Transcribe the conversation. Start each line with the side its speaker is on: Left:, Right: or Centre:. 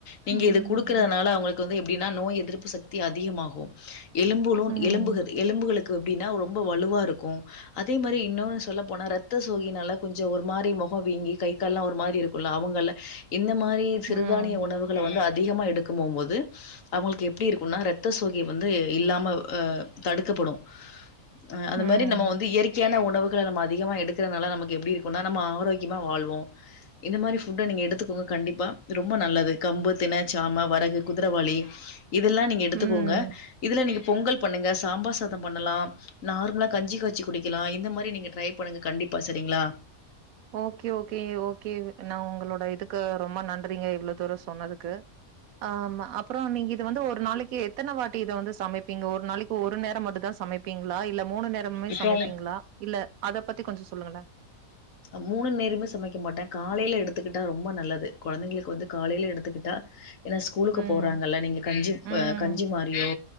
Left: நீங்க
Right: ம்
Left: இது குடுக்குறதுனால அவுங்குளுக் வந்து எப்டினா நோய் எதிர்ப்பு சக்தி அதிகமாகு எலும்புலோ
Right: ம்
Left: எலும்புகது எலும்புகளுக் கு அப்டின்னா ரொம்ப வலுவா இருக்கு அதே மாரி இன்னொன்னு சொல்ல போனா ரத் த சோகினால கொஞ்ச ஒரு மாரி மொகோ வீங்கி கை கால்ல ஒரு மாரி இருக்குல அவங்கல இந்த மாரி ரி சிறுதானிய
Right: ம்
Left: உணவுகள வந்து அது திகமா எடுக்குமோமோது அவுங்குள்க்கு எப்டி இருக்குனா இரத்த சோகை வந்து இல்லாம அ தடுக்கப்படு அ அது
Right: ம்
Left: மாரி நம்ம வந்து இயற்கையான உணவுகள நம்ம அ திகமாக எடு குறனால நமக்கு எப்டி இருக்குனா நம்ம ஆரோக்கியமா வாழ்வோ இந்த மாரி ஃபுட் நீங்க எடுத்துக்கோங்க கண்டிப்பா ரொம்ப நல்லது கம்பு தினை சாம வரகு குதிரைவாளி இதெல்லா நீங்க எடுத்துக்கோங்க
Right: ம்
Left: இதுல நீங்க பொங்கல் பண்ணுங்க சாம்பார் சாத பண்ணலா நார்மலா கஞ்சி காச்சி குடிக்கலா இந்த மாரி நீங்க ட்ரை பண்ணுங்க கண்டிப்பா பா சரிங்ளா
Right: ஓகே ஓகே ஓகே இது நா உங்களோட இதுக்கு ரொம்ப நன்றிங்க இவ்வளவு தூர சொன்னதுக்கு அம் அப்புற நீங்க இது வந்து ஒரு நாளக்கி எத்தன வாட்டி இத வந்து சமைப்பீங்க ஒரு நாளக்கு ஒரு நேர மட்டு தா சமைப்பீங்ளா இல்ல மூணு நேரமே
Left: இப்போ
Right: சமைப்பீங்ளா இல்ல அத பத்தி கொஞ்ச சொல்லுங்கள
Left: அ மூணு நேரமே சமைக்க மாட்ட காலைல எடுத்துக்குட்டா ரொம்ப நல்லது குழந்தைங்களுக்கு வந்து காலைல எடுத்துக்குட்டா ஏன்னா ஸ்கூலுக்கு
Right: ம்
Left: போறாங்கல்ல நீங்க கஞ்சி
Right: ம்
Left: ப கஞ்சி மாரியோ